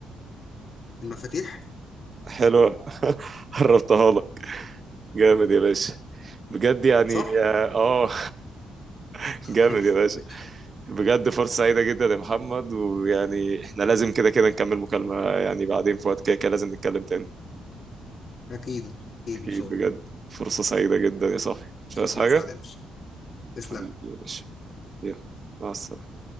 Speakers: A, on the left (about 50°); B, on the right (about 40°).
A: المفاتيح
B: حلوه <laughs> قربتها لك جامد يا باشا بجد يعني
A: صح
B: اه آه، <laughs>
A: <laughs>
B: جامد يا باشا بجد فرصه سعيده جدا يا محمد ويعني احنا لازم كده كده نكمل مكالمه يعني بعدين في وقت كده كده لازم نتكلم تاني
A: اكيد اكيد
B: اكيد
A: ان شاء
B: بجد
A: الله
B: فرصه سعيده جدا يا صاحبي مش عايز
A: انا
B: حاجه
A: سعيد تسلم
B: حبيبي يا باشا يلا مع السلامه